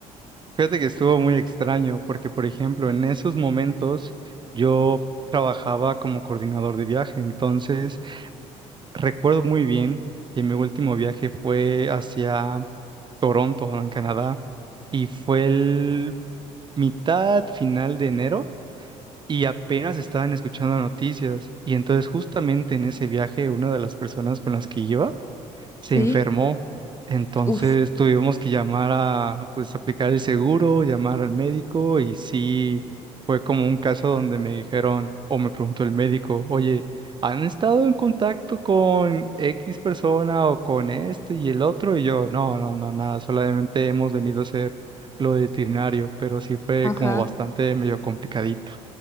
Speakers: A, on the right; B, on the left.
A: Fíjate que estuvo muy extraño porque, por ejemplo, en esos momentos yo trabajaba como coordinador de viaje, entonces recuerdo muy bien que mi último viaje fue hacia Toronto, en Canadá, y fue el mitad final de enero y apenas estaban escuchando noticias y entonces justamente en ese viaje una de las personas con las que iba se
B: Sí,
A: enfermó. Entonces
B: uf,
A: tuvimos que llamar a, pues, aplicar el seguro, llamar al médico y sí, fue como un caso donde me dijeron o me preguntó el médico, oye, ¿han estado en contacto con X persona o con esto y el otro? Y yo, no, no, no, nada, solamente hemos venido a hacer lo de veterinario, pero sí fue
B: ajá.
A: como bastante medio complicadito.